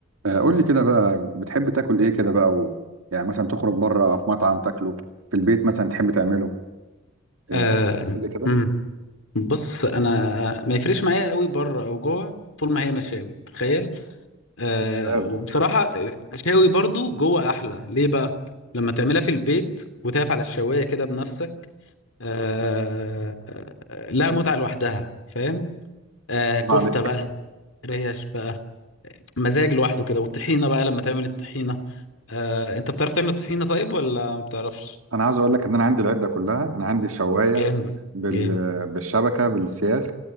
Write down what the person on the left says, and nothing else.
آه
أمم. بص انا ما يفرقش معايا قوي بره او جوه طول ما هي مشاوي تخيل آه
وبصراحه مشاوي برضو جوه احلى ليه بقى لما تعملها في البيت وتقف على الشوايه كده بنفسك آه آه، لها متعه لوحدها فاهم آه كفته
بقى ريش بقى مزاج لوحده كده والطحينه بقى لما تعمل الطحينه آه انت بتعرف تعمل الطحينه طيب ولا ما بتعرفش
جامد
جامد